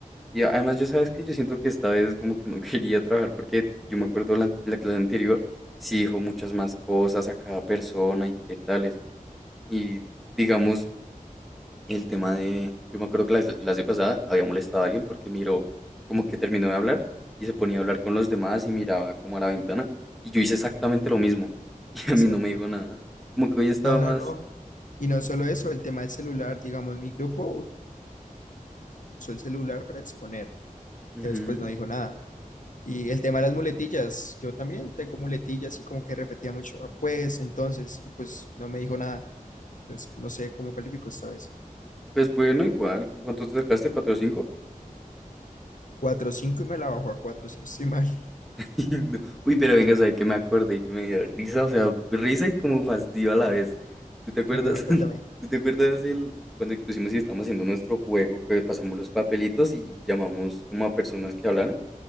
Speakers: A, in the centre; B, on the left.
A: Y a- además, yo sabes que yo siento que esta vez como que no <laughs> quería trabajar porque yo me acuerdo la, la clase anterior, sí dijo muchas más cosas a cada persona y qué tales. Y digamos, el tema de, yo me acuerdo que la clase clase pasada había molestado a alguien porque miró como que terminó de hablar y se ponía a hablar con los demás y miraba como a la ventana. Y yo hice exactamente lo mismo. <laughs> Y
B: exacto.
A: a mí no me dijo nada. Como que hoy estaba
B: No, no,
A: más...
B: no. Y no solo eso, el tema del celular, digamos, mi grupo usó el celular para exponer. Entonces
A: ujú,
B: pues no dijo nada. Y el tema de las muletillas, yo también tengo muletillas y como que repetía mucho, "Ah, pues entonces, y pues no me dijo nada. Entonces no sé cómo calificó esta vez.
A: Pues bueno, igual. ¿Cuánto te sacaste? ¿Cuatro o cinco?
B: cuatro cinco y me la bajó a 4 si no estoy mal.
A: <laughs> No. Uy, pero venga, ¿sabes qué me acordé y que me dio risa? O sea, risa y como fastidio a la vez. ¿Tú te acuerdas?
B: <laughs> Cuéntame, cuéntame.
A: <laughs> ¿Tú te acuerdas el cuando expusimos y estábamos haciendo nuestro juego que pasamos los papelitos y llamamos como a personas que hablaran?